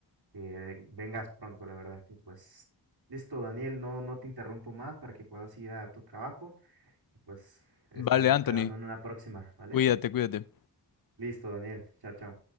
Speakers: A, on the right; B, on the left.
A: que vengas pronto, la verdad, y pues listo, Daniel, no, no te interrumpo más para que puedas ir a tu trabajo y pues estamos
B: Vale, Anthony,
A: quedando en una próxima, ¿vale?
B: cuídate, cuídate.
A: Listo, Daniel, chao, chao.